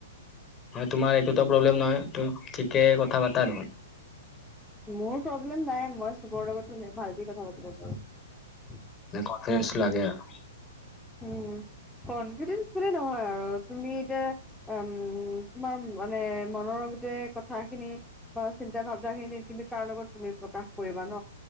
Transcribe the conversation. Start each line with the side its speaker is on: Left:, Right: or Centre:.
Left: তোমাৰ একোতো প্ৰব্লেম নহয় তুমি ঠিকে কথা পাতা।
Centre: মোৰ প্ৰব্লেম নাই, মই চবৰ লগত ভালকে কথা পাতিব পাৰো।
Left: কনফাৰেন্সৰ লাগে আৰু।
Centre: উম। কনফিডেন্স বুলি নহয় আৰু তুমি এতিয়া উম তোমাৰ মানে মনৰ। কওতে কথা খিনি বা চিন্তা ভাৱনা খিনি তুমি কাৰ লগত তুমি প্ৰকাশ কৰিবা ন।